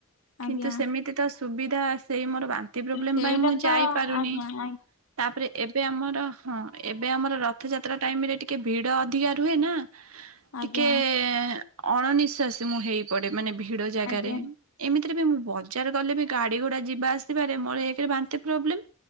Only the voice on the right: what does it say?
କିନ୍ତୁ ସେମିତି ତ ସୁବିଧା ସେଇ ମୋର ବାନ୍ତି ପ୍ରୋବ୍ଲେମ
ପାଇଁ ମୁଁ
ଯାଇପାରୁନି,
ତାପରେ ଏବେ ଆମର ହଁ ଏବେ ଆମର ରଥଯାତ୍ରା ଟାଇମ ରେ ଟିକେ ଭିଡ ଅଧିକା ରୁହେ ନା।
ଟିକେ-ଏ-ଏ-ଏ ଅଣନିଃଶ୍ବାସୀ ମୁଁ ହେଇପଡେ ମାନେ ଭି ଭିଡ ଜାଗାରେ
ଏମିତିରେ ବି ମୁଁ ବଜାର ଗଲେ ଗାଡି ଘୋଡା ଯିବା ଆସିବାରେ ମୋର ଏକ୍ ରେ ବାନ୍ତି ପ୍ରୋବ୍ଲେମ